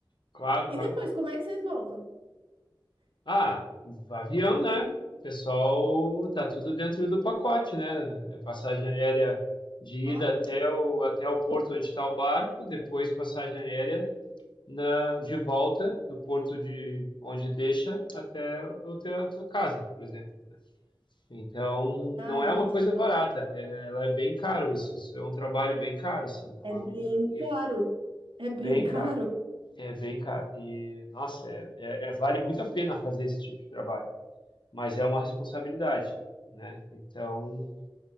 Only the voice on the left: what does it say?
Claro,
claro.
Ah, avião, né? Pessoal, tá tudo dentro do pacote, né? É Passagem aérea de
ida até
o, até o porto onde está o barco, depois passagem aérea na, de volta do porto de onde deixa até o teu, a tua casa, por exemplo, né? Então,
não
é uma coisa
barata,
é- ela é bem caro isso, isso é um trabalho bem caro, assim, não
é
um, porque
bem
caro, é bem caro, e nossa, é, é- é- vale muito a pena fazer esse tipo de trabalho mas é uma responsabilidade, né? Então,